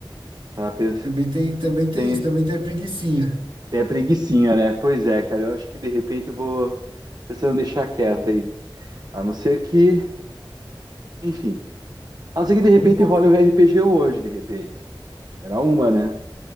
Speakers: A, on the right; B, on the right.
A: Tá, pens-
B: Também tem, também tem
A: tem,
B: isso, também tem a preguicinha.
A: tem a preguicinha, né? Pois é, cara, eu acho que de repente eu vou pensando em deixar quieto aí. A não ser que, enfim. A não ser que de repente
B: Vamos, con-
A: role o RPG hoje, de repente. Era uma, né?